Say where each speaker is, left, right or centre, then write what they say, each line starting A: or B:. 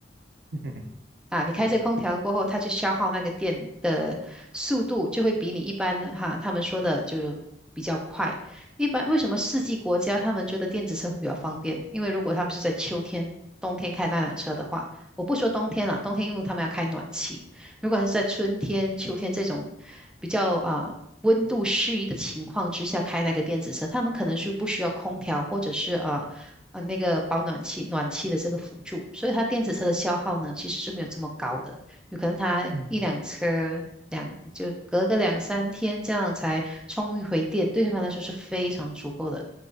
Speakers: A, on the right; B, in the centre.
A: <laughs>
B: 啊，你开着空调过后，
A: 是的，
B: 它去消耗那个电的速度，就会比你一般哈，他们说的就比较快。一般为什么四季国家他们觉得电子车会比较方便？因为如果他们是在秋天、冬天开那辆车的话，我不说冬天了，冬天因为他们要开暖气。如果是在春天、秋天这种比较啊温度适宜的情况之下开那个电子车，他们可能是不需要空调，或者是啊。呃那个保暖器暖气的这个辅助，所以它电子车的消耗呢其实是没有这么高的，有可能它一辆车两就隔个两三天这样才充一回电，
A: 嗯，
B: 对他们来说是非常足够的。